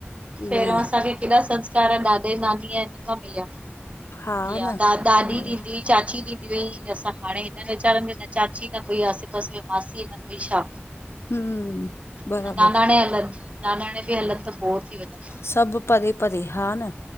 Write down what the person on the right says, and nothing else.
पहिरियों
असां बि। ऐॾा संस्कार ॾाॾे नानी खां मिलिया,
या
ॾाॾी
ॾींदी?
चाची डीदी हुई असां हाणे हिनन वीचारनि में न चाची न कोई आसे पासे में। मासी न कोई छा
न नानाणे हलन। नानाणे बि हलन त बोर थी वञन।